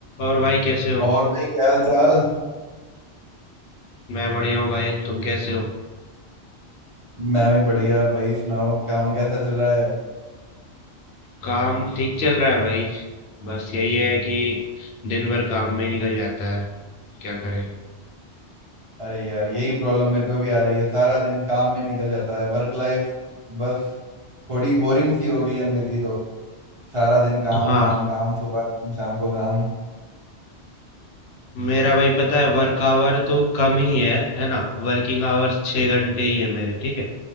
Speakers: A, on the left; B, on the right.
A: और भाई कैसे हो
B: और भाई क्या हाल चाल
A: मैं बढ़िया हूँ भाई तुम कैसे हो
B: मैं भी बढ़िया भाई सुनाओ काम कैसा चल रहा है
A: काम ठीक चल रहा है भाई बस यही है कि दिन भर काम में ही निकल जाता है क्या करें
B: अरे यार यही प्रॉब्लम मेरे को भी आ रही है सारा दिन काम में निकल जाता है वर्क लाइफ बस थोड़ी बोरिंग सी हो गई है मेरी तो सारा दिन काम
A: हाँ
B: काम काम सुबह काम, शाम को काम
A: मेरा भाई पता है वर्क आवर तो कम ही है है ना वर्किंग आवर्स छह घंटे ही है मेरे ठीक है